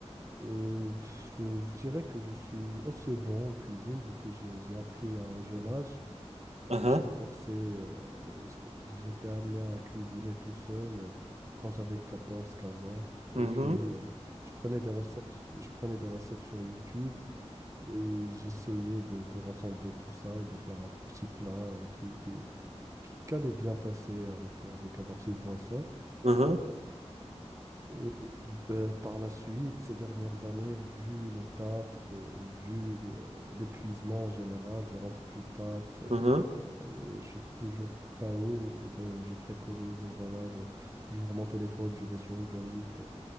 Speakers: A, on the right; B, on the right.
A: euh, pff, je, je dirais que je suis assez bon en cuisine vu que j'ai j'ai appris à un jeune âge.
B: Uhum,
A: Bah, j'étais forcé, euh, j'étais j'étais amené à cuisiner tout seul euh, quand j'avais quatorze quinze ans.
B: uhum,
A: Et puis, euh, je prenais des recettes, je prenais des recettes sur YouTube. euh, j'essayais de, de rassembler tout ça et de faire un petit plat euh, qui, qui, qui, qui allait bien passer avec, avec ma petite boisson.
B: uhum,
A: Et ben, par la suite, ces dernières années, vu le taf, euh, vu euh, l'épuisement en général, je rentre du taf,
B: uhum.
A: euh, je suis toujours KO, euh, ben, je préconise, voilà, je, j'ouvre mon téléphone, je vais sur Uber Eats,